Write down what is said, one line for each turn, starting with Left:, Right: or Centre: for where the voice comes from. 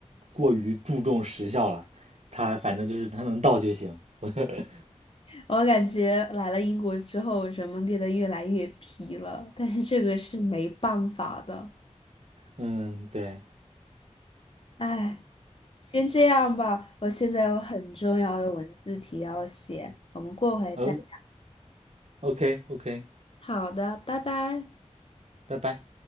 Right: 过于注重时效了。他反正就是他能到就行。<laughs>
Left: 我感觉来了英国之后，人们变得越来越皮了，但是这个是没办法的，
Right: 嗯，对，
Left: 唉。先这样吧，我现在有很重要的文字题要写，我们过会再。
Right: 哦，OK OK，
Left: 好的，拜拜。
Right: 拜拜。